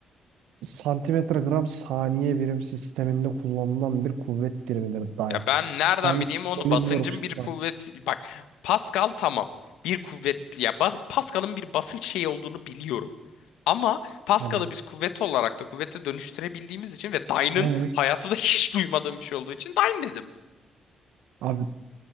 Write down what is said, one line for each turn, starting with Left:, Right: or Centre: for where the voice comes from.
Right: santimetre gram saniye birim sisteminde kullanılan bir kuvvet birimidir dyne.
Left: Ya ben nereden
Right: Sen
Left: bileyim onu
Right: SolidWorks
Left: basıncın bir
Right: bak
Left: kuvvet bak Pascal tamam bir kuvvet ya bas- Pascal'ın bir basınç şeyi olduğunu biliyorum. Ama Pascal'ı
Right: hani
Left: biz kuvvet olarak da kuvvete dönüştürebildiğimiz için ve Dyne'ın
Right: evet
Left: hayatımda <laughs> hiç duymadığım bir şey olduğu için Dyne dedim.
Right: abi